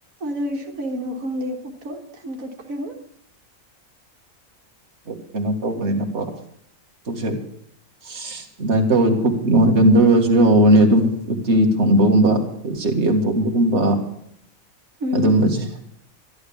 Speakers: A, on the right; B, on the right.
A: ꯑꯗꯨꯏꯁꯨ ꯀꯩꯒꯤꯅꯣ ꯈꯪꯗꯦ ꯄꯣꯛꯇꯣ ꯇꯟ ꯀꯠꯈ꯭ꯔꯔꯤꯕ
B: ꯎꯝ ꯀꯩꯅꯣ ꯇꯧꯕꯅꯤꯅꯀꯣ ꯄꯨꯛꯁꯦ ꯑꯗꯨꯃꯥꯏꯅ ꯇꯧꯔ ꯄꯨꯛ ꯅꯨꯡꯉꯥꯏꯒꯟꯗꯕꯁꯨ ꯌꯥꯎꯕꯅꯤ ꯑꯗꯨꯝ ꯎꯇꯤ ꯊꯣꯡꯕꯒꯨꯝꯕ ꯑꯗꯩ ꯆꯦꯛꯒꯦꯝ ꯄꯣꯝꯕꯒꯨꯝꯕ
A: ꯎꯝ
B: ꯑꯗꯨꯝꯕꯁꯦ